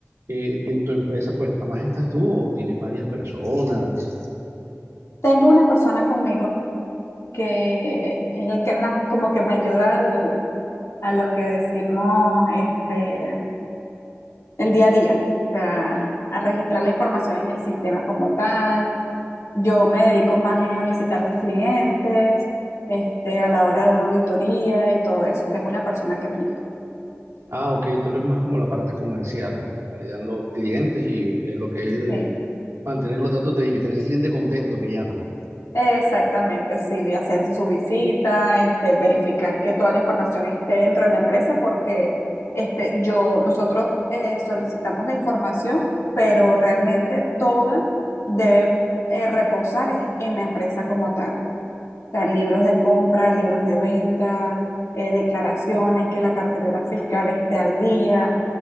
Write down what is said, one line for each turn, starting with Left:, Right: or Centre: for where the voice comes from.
Right: eh, en tu empresa, pues, ¿nada más estás tú o tienes varias personas?
Left: Tengo una persona conmigo que es el que la- como que me ayuda al- a lo que decimos este, el día a día, o sea, a registrar la información en el sistema como tal. Yo me dedico más es a visitar los clientes, este, a la hora de una auditoría y todo eso. Tengo una persona que me ayuda.
Right: Ah, ok, tú eres más como la parte comercial, validando clientes y eh, lo que es de
Left: Sí.
Right: mantener los datos de ellos, tener el cliente contento que llaman.
Left: Exactamente, sí, de hacer su visita, este, verificar que toda la información esté dentro de la empresa, porque este, yo, nosotros eh, solicitamos la información, pero realmente toda debe eh, reposar es- en la empresa como tal sea, libros de compra, libros de venta, eh, declaraciones, que la cartera fiscal esté al día.